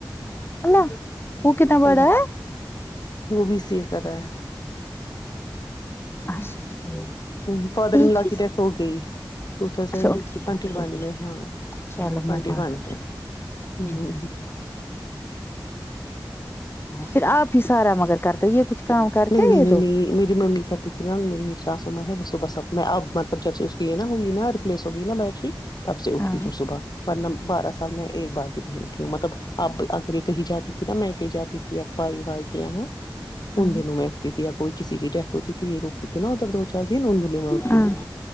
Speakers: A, on the left; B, on the left.
A: اللہ او کتنا بڑا
B: اللہ
A: ہے
B: وہ بھی سیکھ رہا ہے
A: اچھا ٹھیک
B: ہوں فادر
A: ایک
B: انلاء
A: ہی
B: کی ڈیتھ ہوگئی ٹو تھاؤزنڈ
A: اچھا ان کی
B: ٹوونٹی
A: ڈیتھ
B: ون
A: ہو گئی
B: میں ہاں
A: چلو
B: ٹوونٹی
A: مبارک
B: ون میں
A: <unintelligible>
B: ہ
A: پھر آپ ہی سارا مگر کرتے ہو یہ کچھ کام کرتے
B: نہیں نہیں
A: یہ
B: نہیں
A: دو
B: نہیں میری ممی کرتی ناں میری ساسوں ماں ہے بس اب میں اب مطلب جب سے اس کی ناں ہوگئی ناں ریپلیس ہوگئی ناں بیٹری تب سے اٹھتی
A: ہاں
B: ہوں صبح ورنہ بارہ سال میں ایک بار بھی نہیں اٹھی ہوں مطلب اب اگر یہ کہی جاتی تھی ناں میں کہیں جاتی تھی بائی وائی کے یہاں ناں
A: ہاں
B: دن میں اٹھتی تھی کوئی کسی کی ڈیتھ ہوتی تھی یہ لوگ تھی ناں ادھر دو چار دن ان دنوں میں اٹھتی
A: ہاں
B: تھی